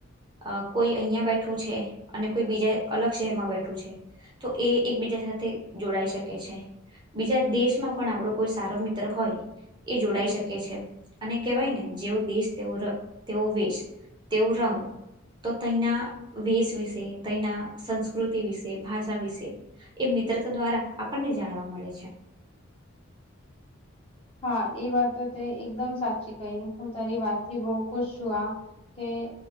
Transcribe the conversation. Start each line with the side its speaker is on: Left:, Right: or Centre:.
Right: અ કોઈ અહં બેઠું છે અને કોઈ બીજા અલગ શહેરમાં બેઠું છે તો એ એક બીજા સાથે જોડાઈ શકે છે બીજા દેશમાં પણ આપણો કોઈ સારો મિત્ર હોય એ જોડાઈ શકે છે અને કેહેવાય ને જેવો દેશ તેવો તેવો વેશ તેવો રંગ તો તના વેશ વિશે તના સંસ્કૃતિ વિશે ભાષા વિશે એ મિત્ર દ્વારા આપણને જાણવા મળે છે
Left: હા એ વાત તો તે એકદમ સાચી કહી હું તારી વાત થી બહુ ખુશ છું આ કે